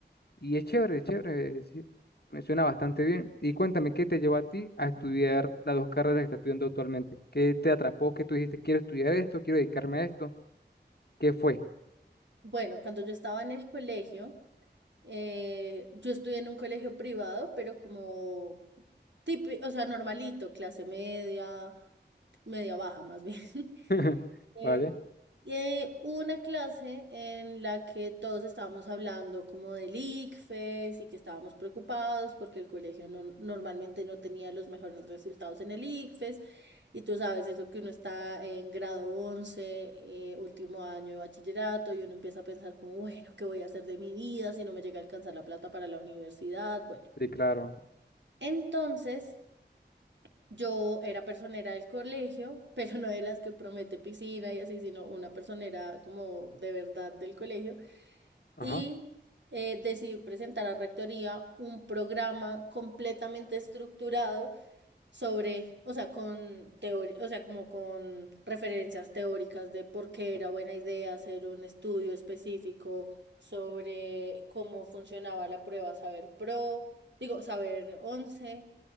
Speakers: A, on the left; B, on the right.
A: Y es chévere, es chévere, es decir, me suena bastante bien. Y cuéntame, ¿qué te llevó a ti a estudiar las dos carreras que estás estudiando actualmente? ¿Qué te atrapó? ¿Qué tú dijiste, quiero estudiar esto, quiero dedicarme a esto? ¿Qué fue?
B: Bueno, cuando yo estaba en el colegio, eh, yo estudié en un colegio privado, pero como Tipi- o sea, normalito, clase media, media baja más bien. <laughs>
A: <laughs>
B: Eh,
A: ¿Vale?
B: y, eh, una clase en la que todos estábamos hablando como del ICFES y que estábamos preocupados porque el colegio no, normalmente no tenía los mejores resultados en el ICFES. Y tú sabes eso que uno está en grado 11, eh, último año de bachillerato y uno empieza a pensar como, bueno, ¿qué voy a hacer de mi vida si no me llega a alcanzar la plata para la universidad? Bueno.
A: Sí, claro.
B: Entonces, yo era personera del colegio, <laughs> pero no de las que promete piscina y así, sino una personera como de verdad del colegio.
A: Ajá,
B: Y eh, decidí presentar a Rectoría un programa completamente estructurado sobre, o sea, con teoría, o sea, como con referencias teóricas de por qué era buena idea hacer un estudio específico sobre cómo funcionaba la prueba Saber Pro, digo, Saber once,